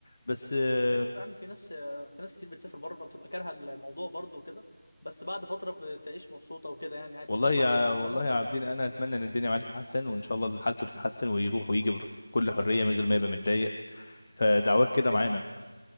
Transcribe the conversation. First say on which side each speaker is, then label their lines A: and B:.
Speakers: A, on the left (about 35°); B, on the left (about 55°).
A: بس
B: <laughs>
A: آه،
B: أيوة يا عم في ناس آه، في ناس كتير بتسافر بره بتبقى كارهة الموضوع برضه وكده بس بعد فترة بتعيش مبسوطة وكده يعني عادي
A: والله
B: السفر
A: يا
B: بالنسبة
A: والله
B: لهم
A: يا
B: بيبقى
A: عابدين انا اتمنى ان الدنيا معاه تتحسن وان شاء الله حالته تتحسن ويروح ويجي بكل حريه من غير ما يبقى متضايق فدعواك كده معانا